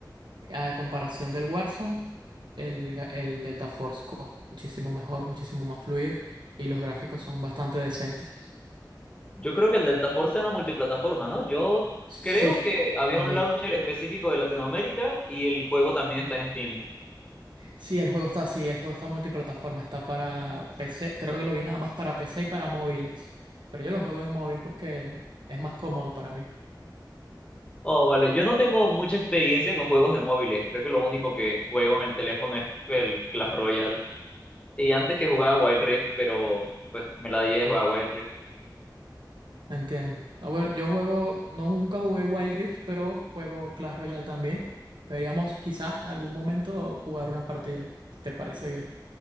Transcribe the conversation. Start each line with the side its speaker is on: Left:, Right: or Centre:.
Right: a comparación del Warzone, el, ga- el Delta Force corre muchísimo mejor, muchísimo más fluido y los gráficos son bastante decentes.
Left: Yo creo que el Delta Force era multiplataforma, ¿no? Yo
Right: Sí,
Left: creo que había
Right: también.
Left: un launcher específico de Latinoamérica y el juego también está en Steam.
Right: Sí, el juego está así, el juego está multiplataforma, está para PC, creo que lo vi nada más para PC y para móviles, pero yo lo juego en móvil porque es más cómodo para mí,
Left: Oh, vale. Yo no tengo mucha experiencia con juegos de móviles. Creo que lo único que juego en el teléfono es el Clash Royale. Y antes que jugaba Wild Rift, pero pues me la di de jugar Wild Rift.
Right: ¿me entiendo? Ah, Bueno, yo juego, no nunca jugué Wild Rift, pero juego Clash Royale también. Deberíamos quizá algún momento jugar una partida, si te parece bien.